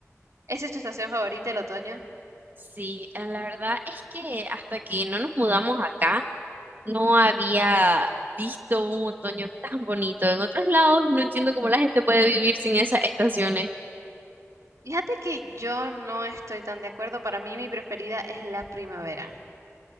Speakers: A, on the right; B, on the right.
A: ¿Esa es tu estación favorita, el otoño?
B: Sí, eh, la verdad es que hasta que no nos mudamos acá, No había visto un otoño tan bonito. En otros lados no entiendo cómo la gente puede vivir sin esas estaciones.
A: Fíjate que yo no estoy tan de acuerdo. Para mí mi preferida es la primavera.